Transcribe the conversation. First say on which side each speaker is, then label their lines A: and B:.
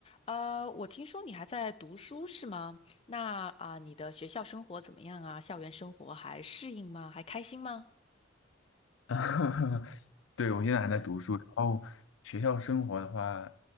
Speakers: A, on the left; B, on the left.
A: 呃，我听说你还在读书是吗？那啊，你的学校生活怎么样啊？校园生活还适应吗？还开心吗？
B: <laughs> 对，我现在还在读书，然后学校生活的话